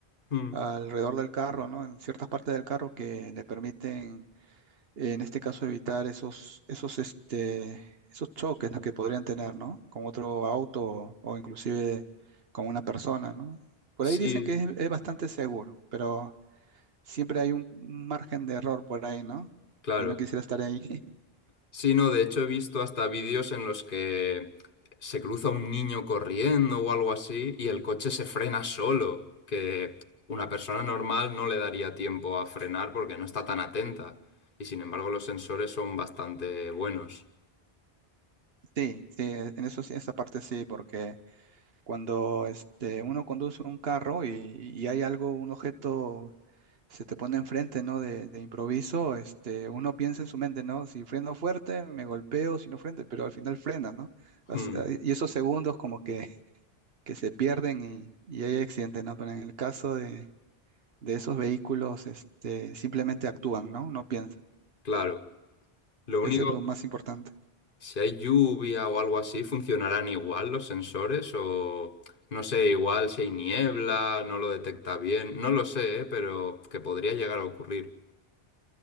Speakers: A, on the left (about 55°); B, on the right (about 70°).
A: Mm,
B: alrededor del carro, ¿no? En ciertas partes del carro que le permiten en este caso evitar esos, esos, este, esos choques, ¿no? que podrían tener, ¿no? Con otro auto o inclusive con una persona, ¿no? Por
A: Sí,
B: ahí dicen que es, es bastante seguro, pero siempre hay un margen de error por ahí, ¿no?
A: claro.
B: Y no quisiera estar ahí. <laughs>
A: Sí, no, de hecho he visto hasta vídeos en los que se cruza un niño corriendo o algo así y el coche se frena solo, que una persona normal no le daría tiempo a frenar porque no está tan atenta. Y sin embargo los sensores son bastante buenos.
B: Sí, sí, en eso sí, esa parte sí, porque cuando este, uno conduce un carro y, y hay algo, un objeto se te pone enfrente, ¿no? De, de improviso, este, uno piensa en su mente, ¿no? Si freno fuerte, me golpeo, si no freno, pero al final frena, ¿no? As-
A: Hmm,
B: ah, Y esos segundos como que, que se pierden y, y hay accidentes, ¿no? Pero en el caso de, de esos vehículos, este, simplemente actúan, ¿no? No piensan.
A: claro. Lo único,
B: Eso es lo más importante.
A: si hay lluvia o algo así, ¿funcionarán igual los sensores? O no sé, igual si hay niebla, no lo detecta bien. No lo sé, ¿eh? Pero que podría llegar a ocurrir.